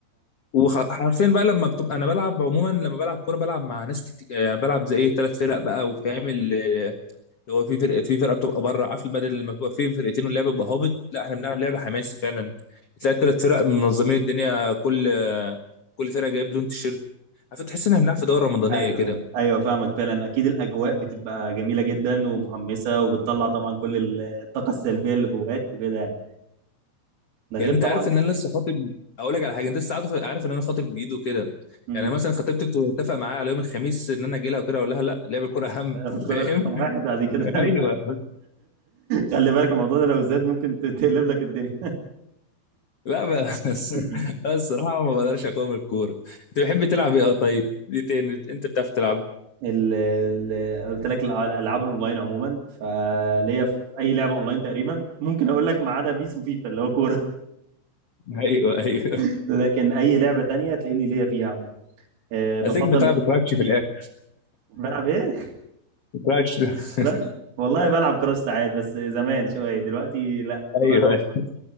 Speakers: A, on the left; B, on the right.
A: وحرفيا بقى لما بتبقى انا بلعب عموما لما بلعب كوره بلعب مع ناس كتير يعني بلعب زي ايه ثلاث فرق بقى وبتعمل آه، اللي هو في فرق في فرقه بتبقى بره عارف بدل لما بيبقى في فرقتين واللعب بيبقى هابط لا احنا بنلعب لعبه حماسي فعلا بتلاقي الثلاث فرق منظمين الدنيا كل آه، كل فرقه جايب لون تيشيرت عارف تحس ان احنا بنلعب في دوره رمضانيه
B: ايوه
A: كده
B: ايوه أيوة، فاهمك فعلا اكيد الاجواء بتبقى جميله جدا ومحمسه وبتطلع طبعا كل ال- الطاقه السلبيه اللي جواك وكده يعني ده
A: يعني
B: غير
A: انت
B: طبعا
A: عارف ان انا لسه خاطب اقول لك على حاجه انت لسه عاطف- عارف ان انا خاطب جديد وكده
B: امم
A: يعني مثلا خطيبتي اتفق معايا على يوم الخميس ان انا اجي لها وكده اقول لها لا لعب الكوره اهم
B: الكره
A: فاهم
B: <laughs> رقم
A: <laughs>
B: واحد بعد كده <laughs>
A: ايوه
B: خلي بالك الموضوع ده لو زاد ممكن ت- تقلب لك الدنيا <laughs>
A: لا بس
B: <clears throat>
A: <laughs> بس الصراحه ما بقدرش اقاوم الكوره انت بتحب تلعب ايه اه طيب دي تاني انت بتعرف تلعب
B: ال ال قلت لك الأ- الالعاب الاونلاين عموما فليا في اي لعبه اونلاين تقريبا ممكن اقول لك ما عدا بيس وفيفا اللي هو كوره
A: <laughs> ايوه ايوه
B: <laughs> لكن اي لعبه تانية تلاقيني ليا فيها عموما أه بفضل
A: قصدك بتلعب كراش في الاخر
B: بلعب ايه
A: كراش <laughs>
B: كراش والله بلعب كراش ساعات بس زمان شويه دلوقتي لا ما
A: ايوه
B: بلعبش
A: أيوة.
B: خالص